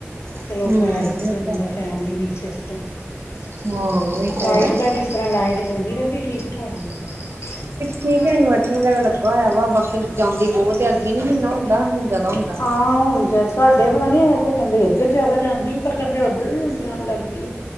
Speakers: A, on the right; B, on the left.
A: ਹੂੰ
B: ਤੇ ਲੋਕ ਬੈਠ ਦਿੱਤੇ
A: ਇਹ
B: ਬੰਦਰ।
A: ਤਾਂ
B: ਭੈਣਜੀ ਞੀਚ ਇਸ ਤਰਾਂ।
A: ਹਾਂ ਇਹ ਤਾਂ
B: ਲਾਈਟ
A: ਹੈ।
B: ਦਾ ਕਿਸ ਇਸ ਤਰ੍ਹਾਂ ਲਾਈਟ ਜਲਦੀ ਰਹਿੰਦੀ ਠੀਕ-ਠਾਕ? ਲਾਈਟ
A: ਠੀਕ ਹੈ ਇਨਵਰਟਰ
B: ਠੀਕ
A: ਵਗੈਰਾ
B: ਹੈ, ਇਨਵਰਟਰ
A: ਲੱਗਾ ਹੋਇਆ
B: ਵਗੈਰਾ
A: ਵਾ
B: ਲੱਗਾ
A: ਬਾਕੀ
B: ਹੋਆ।
A: ਜਾਂਦੀ
B: ਬਾਕੀ
A: ਬਹੁਤ
B: ਜਾਂਦੀ
A: ਹੈ ਅੱਗੇ ਨੀ
B: ਬਹੋਤ
A: ਇੰਨਾ
B: ਹੈ
A: ਹੁੰਦਾ
B: <unintelligible>
A: ਹੁਣ ਜ਼ਿਆਦਾ ਹੁੰਦਾ।
B: ਹਾਂ, ਹੁਂਨ ਜ ਤੁਹਾਡੇ ਪਤਾ ਨਹੀਂ ਹੈ ਇੱਧਰ ਕਹਿੰਦੇੱ, ਇੱਧਰ ਜ਼ਿਆਦਾ ਜਾਂਦੀ ਹੋ। ਪਰ ਕਹਿੰਦੇ ਉੱਧਰ ਵੀ ਹੁਣ ਜਾਣ ਲੱਗ ਪਈ ਏ।